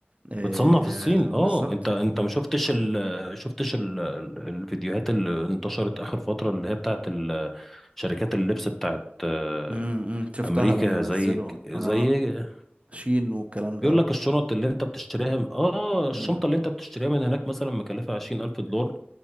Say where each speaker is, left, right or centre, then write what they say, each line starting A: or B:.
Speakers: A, on the right; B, in the centre.
A: إيه
B: بتصنع في الصين
A: بالظبط
B: اه انت انت ما شفتش ال شفتش ال الفيديوهات اللي انتشرت اخر فتره اللي هي بتاعت ال- شركات اللبس بتاعت آه،
A: امم إمم. شفتها
B: امريكا
A: لما نزلوا
B: زي زي
A: اه شين والكلام ده
B: بيقول
A: اه
B: لك الشنط اللي انت بتشتريها اه الشنطه
A: امم
B: اللي انت بتشتريها من هناك مثلا مكلفه 20000 دولار